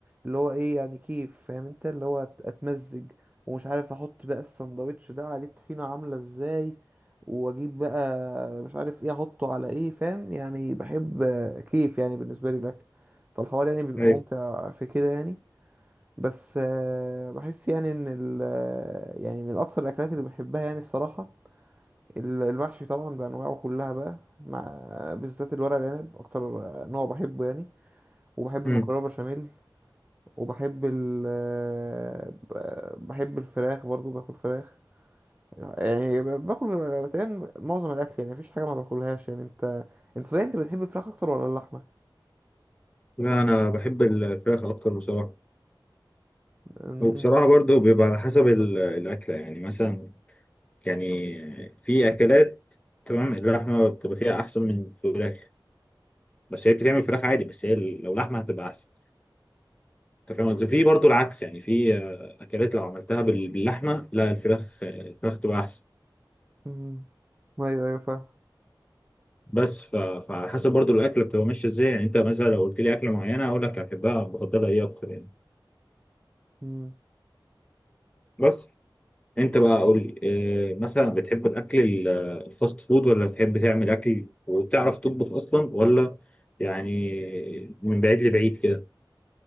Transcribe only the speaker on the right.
اللي هو ايه يعني كيف فاهم انت اللي هو أت- اتمزج ومش عارف احط بقى السندوتش ده عليه الطحينة عاملة ازاي واجيب بقى مش عارف ايه احطه على ايه فاهم يعني بحب كيف يعني بالنسبة لي الاكل فالحوار يعني بيبقى
ممتع في كده يعني بس آه، بحس يعني ان ال آه، يعني من اكتر الاكلات اللي بحبها يعني الصراحه ال- المحشي طبعا بانواعه كلها بقى مع آه، بالذات الورق العنب اكتر آه، نوع بحبه يعني وبحب
المكرونه بشاميل وبحب ال آه، ب- بحب الفراخ برضو باكل فراخ يعني ب- باكل بتهيألي معظم الاكل يعني مفيش حاجه ما باكلهاش يعني انت انت صحيح انت بتحب الفراخ اكتر ولا اللحمه
امم
أمم. ايوه ايوه فاهم
أمم.